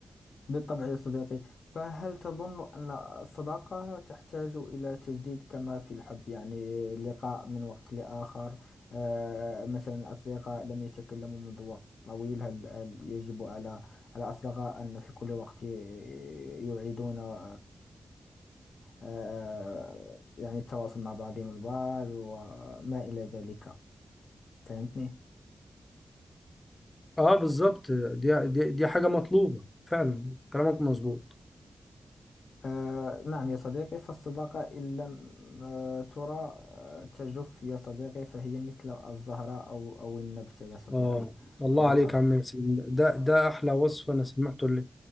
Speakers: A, on the left; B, on the left.
A: بالطبع يا صديقي فهل تظن أن الصداقة تحتاج إلى تجديد كما في الحب يعني لقاء من وقت لآخر آه، مثلا الأصدقاء لم يتكلموا منذ وقت طويل هل هل يجب على على الأصدقاء أن في كل وقت ي- يعيدون آه، آه، يعني التواصل مع بعضهم البعض وما إلى ذلك فهمتني؟
B: اه بالظبط دي, دي دي حاجة مطلوبة فعلا كلامك مظبوط
A: آه نعم يا صديقي فالصداقة إن لم آه ترى آه تجف يا صديقي فهي مثل الزهرة أو أو النبتة يا صديقي
B: اه الله
A: بالطبع
B: عليك يا عم ياسين ده ده احلى وصف انا سمعته اللي